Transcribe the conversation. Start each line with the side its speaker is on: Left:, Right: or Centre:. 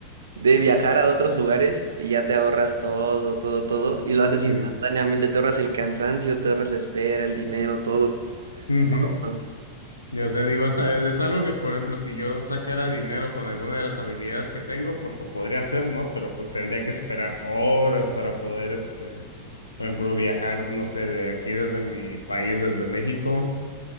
Right: de viajar a otros lugares y ya te ahorras todo, todo, todo, y lo haces
Left: Eh,
Right: instantáneamente, te ahorras el cansancio, te ahorras la espera, el dinero, todo.
Left: ujú.
Right: Bueno,
Left: Yo, sé, digo, es, eh, es algo que, por ejemplo, si yo sacara dinero con alguna de las habilidades que tengo, pues lo podría hacer, ¿no? Pero pues tendría que esperar horas para poder, este, por ejemplo, viajar, no sé, de aquí desde mi país, desde México,